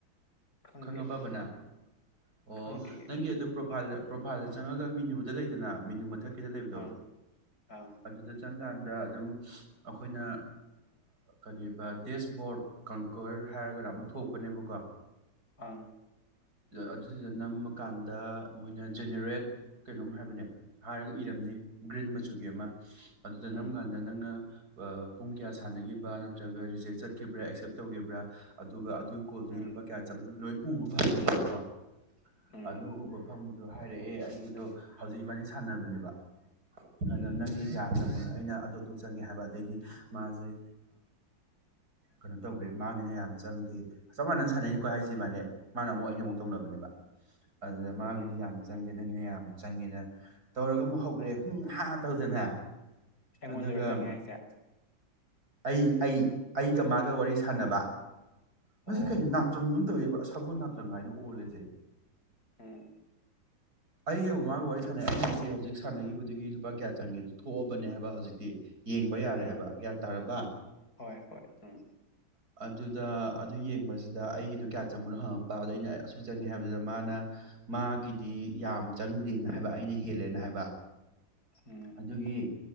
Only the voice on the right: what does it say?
ꯈꯪꯉꯕꯕ ꯅꯪ꯫ ꯑꯣ
ꯅꯪ ꯑꯗꯨ ꯑꯗꯨꯝ ꯄ꯭ꯔꯣꯐꯥꯏꯜꯗ ꯄ꯭ꯔꯣꯐꯥꯏꯜꯗ ꯆꯪꯉꯒ ꯃꯦꯅꯨꯗ ꯂꯩꯗꯅ ꯃꯦꯅꯨ ꯃꯊꯛ ꯂꯩꯕꯗꯣ
ꯑꯗꯨꯗ ꯆꯪ ꯀꯥꯟꯗ ꯗ ꯑꯗꯨꯝ ꯑꯩꯈꯣꯏꯅ ꯀꯔꯤꯕ ꯗꯦꯁꯕꯣꯔꯠ ꯀꯪꯀꯔ ꯍꯥꯏꯔꯒꯔ ꯑꯃ ꯊꯣꯛꯄꯅꯦꯕꯀꯣ
ꯑꯗꯨꯗꯨꯗ ꯅꯝꯃꯀꯥꯟꯗ ꯃꯣꯏꯅ ꯖꯦꯅꯦꯔꯦꯠ ꯀꯩꯅꯣꯝ ꯍꯥꯏꯕꯅꯦ ꯍꯥꯏꯔꯒ ꯏꯔꯝꯅꯤ ꯒ꯭ꯔꯤꯟ ꯃꯆꯨꯒꯤ ꯑꯃ ꯑꯗꯨꯗ
ꯅꯝꯀꯥꯟꯗ ꯅꯪꯅ ꯑ ꯄꯨꯡ ꯀꯌꯥ ꯁꯥꯟꯅꯈꯤꯕ꯭ꯔꯥ ꯅꯠꯇ꯭ꯔꯒ ꯔꯤꯖꯦꯛ ꯆꯠꯈꯤꯕ꯭ꯔꯥ ꯑꯦꯛꯁꯦꯞ ꯇꯧꯈꯤꯕ꯭ꯔꯥ ꯑꯗꯨꯒ ꯑꯗꯨꯒꯤ ꯀꯣꯜꯗꯨꯒꯤ
ꯂꯨꯄꯥ ꯀꯌꯥ ꯆꯉꯅ ꯂꯣꯏ ꯎ <unintelligible>
ꯑꯗꯨ ꯎꯕ ꯐꯪꯕꯗꯣ ꯍꯥꯏꯔꯛꯑꯦ ꯑꯩꯒꯤꯗꯣ ꯍꯧꯖꯤꯛ ꯏꯕꯥꯅꯤ ꯁꯥꯟꯅꯕꯅꯦꯕ ꯑꯗꯣ
ꯅꯪꯒꯤ ꯀ ꯭ꯌꯥꯇ ꯑꯩꯅ ꯑꯗꯨ ꯑꯗꯨ ꯆꯪꯉꯦ ꯍꯥꯏꯕ ꯑꯗꯩꯗꯤ ꯃꯥꯁꯦ ꯀꯩꯅꯣ ꯇꯧꯈ꯭ꯔꯦ ꯃꯥꯒꯤꯅ ꯌꯥꯝ ꯆꯪꯗꯦ ꯆꯞ ꯃꯥꯟꯅꯅ ꯁꯥꯟꯅꯩꯅꯤꯀꯣ ꯍꯥꯏꯁꯤꯕꯥꯅꯦ ꯃꯥꯅ ꯑꯃꯨꯛ ꯑꯩꯅ
ꯑꯃꯨꯛ ꯇꯧꯅꯕꯅꯦꯕ ꯑꯗꯨꯗ ꯃꯥꯒꯤꯗꯤ
ꯌꯥꯝ ꯆꯪꯗꯦ ꯅꯪ ꯒꯤꯅ ꯌꯥꯝ ꯆꯪꯉꯦꯅ ꯇꯧꯔꯒ ꯑꯃꯨꯛ ꯍꯧꯈ꯭ꯔꯦ ꯎ ꯍꯥ ꯇꯧꯗꯅ
ꯑꯗꯨꯒ
ꯑꯩ ꯑꯩ ꯑꯩ ꯒ ꯃꯥꯒ ꯋꯥꯔꯤ
ꯁꯥꯟꯅꯕ ꯃꯁꯤ
ꯀꯩꯅꯣ ꯅꯥꯇꯪ ꯑꯃ ꯇꯧꯋꯦ ꯁꯒꯨꯝꯅ ꯆꯠꯇ꯭ꯔꯉꯥꯏꯗ ꯑꯣꯜꯂꯁꯦ
ꯑꯩꯒ ꯃꯃꯥꯒ ꯋꯥꯔꯤ ꯁꯥꯟꯅꯩ ꯑꯩ ꯍꯥꯏꯁꯦ ꯍꯧꯖꯤꯛ ꯁꯥꯟꯅꯈꯤꯕꯗꯨꯗꯒꯤ ꯂꯨꯄꯥ ꯀꯌꯥ ꯆꯪꯒꯦ ꯊꯣꯛꯑꯕꯅꯦ ꯍꯥꯏꯕ ꯍꯧꯖꯤꯛꯇꯤ ꯌꯦꯡꯕ ꯌꯥꯔꯦ
ꯍꯥꯏꯕ ꯒ꯭ꯌꯥꯟ ꯇꯥꯔꯕ
ꯑꯗꯨꯗ ꯑꯗꯨ ꯌꯦꯡꯕꯁꯤꯗ ꯑꯩꯒꯤꯗꯣ ꯀꯌꯥ ꯆꯪꯕꯅꯣ ꯍꯪꯉꯛꯄ ꯑꯗꯣ ꯑꯩꯅ ꯑꯁꯨꯛ ꯆꯪꯉꯦ ꯍꯥꯏꯕꯗꯨꯗ ꯃꯥꯅ ꯃꯥꯒꯤꯗꯤ ꯌꯥꯝ ꯆꯪꯗꯦꯅ ꯍꯥꯏꯕ ꯑꯩꯅ ꯍꯦꯜꯂꯦꯅ ꯍꯥꯏꯕ
ꯑꯗꯨꯒꯤ